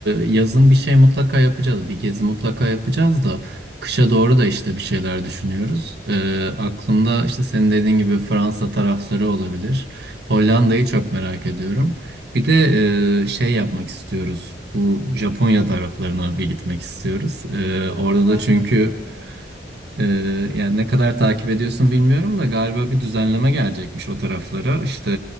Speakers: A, on the right; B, on the left.
A: yazın bir şey mutlaka yapacağız. Bir gezi mutlaka yapacağız da kışa doğru da işte bir şeyler düşünüyoruz. E, aklımda işte senin dediğin gibi Fransa tarafları olabilir. Hollanda'yı çok merak ediyorum. Bir de e, şey yapmak istiyoruz. Bu Japonya taraflarına bir gitmek istiyoruz. E,
B: Hı,
A: orada
B: Onu
A: da
B: ben
A: çünkü
B: de istiyorum.
A: ee, yani ne kadar takip ediyorsun bilmiyorum da galiba bir düzenleme gelecekmiş o taraflara. İşte